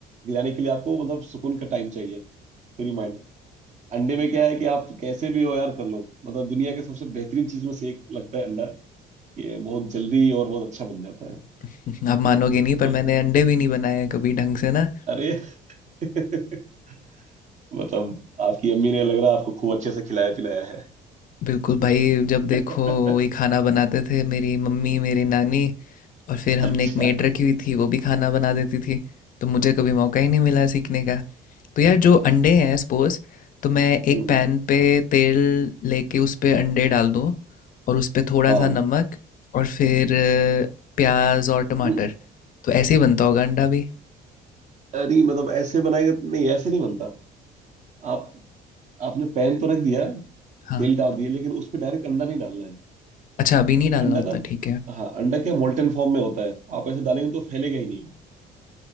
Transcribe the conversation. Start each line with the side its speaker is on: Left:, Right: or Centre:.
Right: बिरयानी के लिए आपको मतलब सुकून का टाइम चाहिए फ्री माइंड अंडे में क्या है कि आप कैसे भी हो यार कर लो मतलब दुनिया के सबसे बेहतरीन चीज में से एक लगता है अंडा कि बहुत जल्दी और बहुत अच्छा बन जाता है
Left: <laughs> आप मानोगे नहीं
Right: ओ,
Left: पर मैंने अंडे भी नहीं बनाए हैं कभी ढंग से ना
Right: अरे <laughs> मतलब आपकी अम्मी ने लग रहा है आपको खूब अच्छे से खिलाया पिलाया
Left: बिल्कुल भाई जब
Right: है
Left: देखो
Right: <laughs>
Left: वही खाना बनाते थे मेरी मम्मी मेरी नानी और फिर हमने
Right: अच्छा
Left: एक मेड रखी हुई थी वो भी खाना बना देती थी तो मुझे कभी मौका ही नहीं मिला सीखने का तो यार जो अंडे हैं सपोज तो मैं एक
Right: हम्म
Left: पैन पे तेल लेके उस पे अंडे डाल दूँ और उस पे थोड़ा
Right: हाँ
Left: सा नमक और फिर अ, प्याज और टमाटर
Right: नहीं
Left: तो ऐसे ही बनता होगा अंडा भी
Right: नहीं मतलब ऐसे बनाएगा तो- नहीं ऐसे नहीं बनता आप आपने पैन तो रख दिया
Left: हाँ
Right: तेल डाल दिया लेकिन उस पे डायरेक्ट अंडा नहीं डालना है
Left: अच्छा
Right: क्योंकि
Left: अभी नहीं डालना
Right: अंडा
Left: होता
Right: ना
Left: ठीक है
Right: हाँ अंडा क्या मोल्टन फॉर्म में होता है आप ऐसे डालेंगे तो फैलेगा ही नहीं वो।